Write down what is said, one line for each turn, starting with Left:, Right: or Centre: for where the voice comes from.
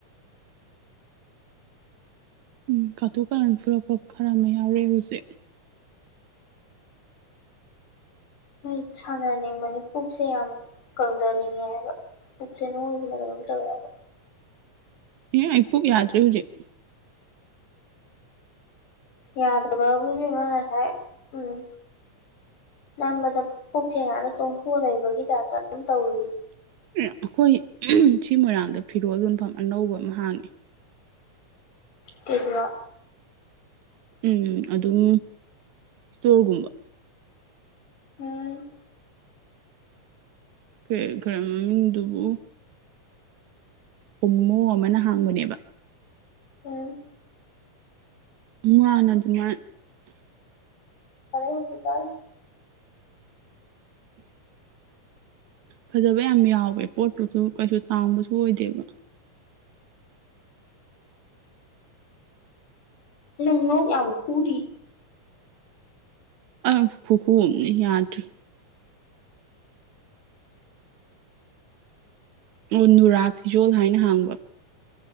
Right: ꯎꯝ ꯀꯥꯇꯨ ꯀꯥꯔꯟ ꯐꯨꯔꯛꯄ ꯈꯔ ꯑꯃ ꯌꯥꯎꯔꯛꯑꯦ ꯍꯧꯖꯤꯛ
Left: ꯑꯩ ꯁꯥꯟꯅꯅꯤꯡꯕꯅꯦ ꯄꯨꯛꯁꯦ ꯌꯥꯝ ꯀꯪꯊꯅꯤꯡꯉꯦꯕ ꯍꯥꯏꯕ ꯄꯨꯛꯁꯦ ꯅꯣꯏꯕꯅ ꯀꯩꯅꯣꯝ ꯇꯧꯔꯦ ꯍꯥꯏꯕ
Right: ꯑꯦ ꯑꯩ ꯄꯨꯨꯛ ꯌꯥꯗ꯭ꯔꯦ ꯍꯧꯖꯤꯛ
Left: ꯌꯥꯗꯕꯕꯨ ꯏꯕꯦꯝꯃ ꯉꯁꯥꯏ ꯎꯝ ꯅꯝꯕꯗ ꯄꯨꯛꯁꯦ ꯉꯥꯛꯗ ꯇꯣꯡꯊꯣꯛꯑ ꯂꯩꯕꯒꯤ ꯇꯥꯛꯇ ꯑꯗꯨꯝ ꯇꯧꯏ
Right: ꯑꯩꯈꯣꯏ ꯁꯤ ꯃꯣꯏꯔꯥꯡꯗ ꯐꯤꯔꯣꯜ ꯌꯣꯟꯐꯝ ꯑꯅꯧꯕ ꯑꯃ ꯍꯥꯡꯉꯦ
Left: ꯀꯩ ꯐꯤꯔꯣꯜ
Right: ꯎꯝ ꯑꯗꯨꯝ ꯏꯁꯇꯣꯔꯒꯨꯝꯕ
Left: ꯎꯝ
Right: ꯀꯔꯤ ꯀꯔꯤ ꯃꯃꯤꯡꯗꯨꯕꯨ ꯍꯨꯝꯃꯨ ꯑꯃꯅ ꯍꯥꯡꯕꯅꯦꯕ
Left: ꯎꯝ
Right: ꯃꯥꯅ ꯑꯗꯨꯃꯥꯏ
Left: ꯐꯔꯦ ꯍꯧꯖꯤꯛꯀꯥꯟ
Right: ꯐꯖꯕ ꯌꯥꯝ ꯌꯥꯎꯋꯦ ꯄꯣꯠꯄꯨꯁꯨ ꯀꯩꯁꯨ ꯇꯥꯡꯕꯁꯨ ꯑꯣꯏꯗꯦꯕ
Left: ꯅꯪ ꯂꯣꯛ ꯌꯥꯝ ꯈꯨꯔꯤ
Right: ꯑꯦ ꯈꯨꯈꯨ ꯑꯃꯅꯤ ꯌꯥꯗ꯭ꯔꯤ ꯑꯣ ꯅꯨꯔꯥ ꯐꯤꯖꯣꯜ ꯍꯥꯏꯅ ꯍꯥꯡꯕ